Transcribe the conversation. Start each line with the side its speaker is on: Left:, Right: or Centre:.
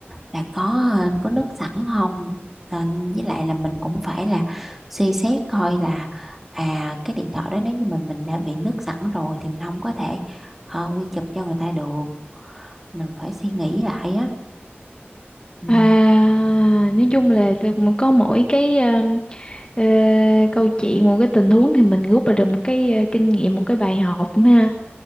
Centre: là có ờ, có nước sẵn không Nên với lại là mình cũng phải là suy xét coi là à cái điện thoại đó nếu như mình mình đã bị nước sẵn rồi thì mình không có thể ờ, quy chụp cho người ta được mình phải suy nghĩ lại á ừ,
Left: à nói chung là từ- mà có mỗi cái ờ, ờ, câu chuyện một cái tình huống thì mình rút ra được một cái ờ, kinh nghiệm một cái bài học ha